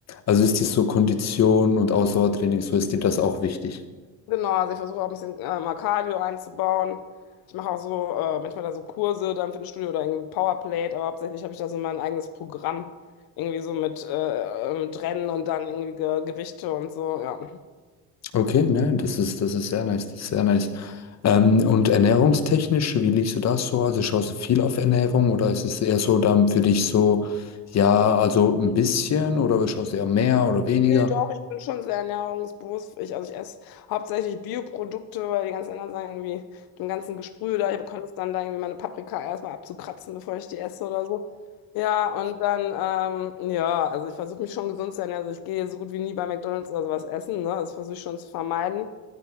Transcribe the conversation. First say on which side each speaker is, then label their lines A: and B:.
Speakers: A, on the left; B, on the left.
A: also ist dir so Kondition und Ausdauertraining, so ist dir das auch wichtig?
B: Genau, also ich versuche auch ein bisschen äh, mal Cardio einzubauen. Ich mache auch so äh, manchmal da so Kurse dann für ein Studio oder irgendwie Powerplate, aber hauptsächlich habe ich da so mein eigenes Programm. Irgendwie so mit, äh, mit Rennen und dann irgendwie Ge Gewichte und so, ja.
A: Okay, nein, das ist, das ist sehr nice, das ist sehr nice. Ähm, und ernährungstechnisch, wie liegst du das so? Also schaust du viel auf Ernährung oder ist es eher so dann für dich so, ja, also ein bisschen oder schaust du eher mehr oder weniger?
B: Nee, doch, ich bin schon sehr ernährungsbewusst. Ich, also ich esse hauptsächlich Bioprodukte, weil die ganzen anderen sagen irgendwie, dem ganzen Gesprühe da, ich bekomme es dann da irgendwie meine Paprika erstmal abzukratzen, bevor ich die esse oder so. Ja, und dann, ähm, ja, also ich versuche mich schon gesund zu ernähren. Also ich gehe so gut wie nie bei McDonald's oder sowas essen, ne? Das versuche ich schon zu vermeiden.